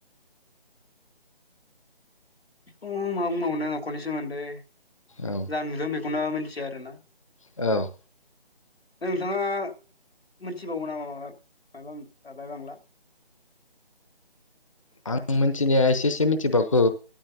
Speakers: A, on the left (about 80°); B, on the left (about 35°).
A: उम मा बुंबावनो न'खरनि सोमोन्दै
B: औ
A: जा नुदों बेखौनो मिथिया आरोना।
B: औ
A: नोंथाङा मिथिबावो नामा माबा मायबा बाय बांला?
B: आं मिथिनाया एसे एसे मिथिबावगौ